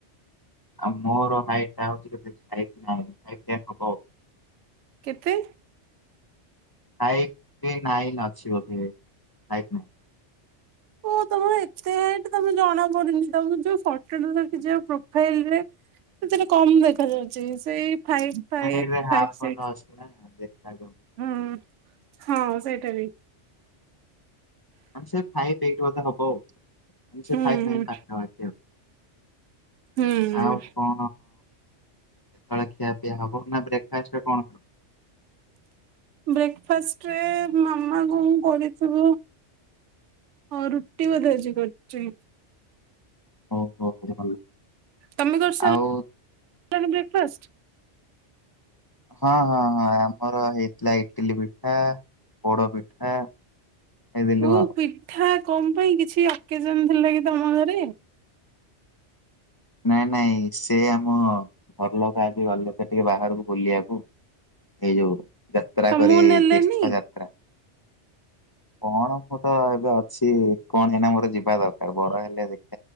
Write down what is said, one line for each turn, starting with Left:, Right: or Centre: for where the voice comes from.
Left: ଆଉ ମୋର ହାଇଟଟା ହଉଛି କେତେ ଫାଇଭ୍ ନାଇନ୍ ଫାଇଭ୍ ଟେନ୍ ହବ ଆଉ।
Right: କେତେ?
Left: ଫାଇଭ୍ <unintelligible> ନାଇନ୍ ଅଛି ବୋଧେ ଫାଇଭ୍ ନାଇନ୍।
Right: ଓଃ ତମର ଏତେ ହାଇଟ୍ ତମେ ଜଣା ପଡୁନି ତମେ ଯୋଉ ଫଟୋଟା ରଖିଛ ପ୍ରୋଫାଇଲରେ ସେଥିରେ କମ୍ ଦେଖାଯାଉଛି। ସେଇ ଫାଇଭ୍ ଫାଇଭ୍
Left: <unintelligible> ସେଇଟାରେ ହାଫ୍
Right: ଫାଇଭ୍ ସିକ୍ସ
Left: ଫଟୋ ଅଛି ନା ଦେଖାଯାଉନି।
Right: ହୁଁ ହଁ ସେଇଟା ବି।
Left: ହଁ ସେଇ ଫାଇଭ୍ ଏଇଟ୍ ବୋଧେ ହବ ଆଉ।
Right: ହୁଁ
Left: ସେ
Right: ହୁଁ
Left: ଫାଇଭ୍ ନାଇନ୍ ପାଖାପାଖି ଆଉ।
Right: ହୁଁ
Left: ଆଉ କଣ ସକାଳେ ଖିଆପିଆ ହବ ନା ବ୍ରେକଫାଷ୍ଟରେ କଣ ଖାଅ?
Right: ବ୍ରେକଫାଷ୍ଟରେ ମାମା କଣ କରିଥିବ? ହଁ ରୁଟି ବୋଧେ ଆଜି କରିଛି।
Left: ଓହୋ <unintelligible>
Right: ତମେ କରିସାରିଲଣି
Left: ଆଉ
Right: ବ୍ରେକଫାଷ୍ଟ?
Left: ହଁ ହଁ ହଁ ଆମର ହେଇଥିଲା ଇଟିଲି ପିଠା, ପୋଡ ପିଠା ଖାଇଦେଲୁ
Right: ଓ
Left: ଆଉ
Right: ପିଠା କଣ ପାଇଁ କିଛି ଅକେଜନ ଥିଲା କି ତମ ଘରେ?
Left: ନାଇଁ ନାଇଁ ସେ ଆମ ଘରଲୋକ ଆଜି ଗଲେ ତ ଟିକେ ବାହାରୁକୁ ବୁଲିବାକୁ। ଏଇ ଯୋଉ ଯାତ୍ରା
Right: ତମକୁ
Left: କରି
Right: ନେଲେନି?
Left: ତୀର୍ଥଯାତ୍ରା। କଣ ମୁଁ ତ ଏବେ ଅଛି କଣ ଏଇନା ମୋର ଯିବା ଦରକାର। ବଡ ହେଲେ ଦେଖ୍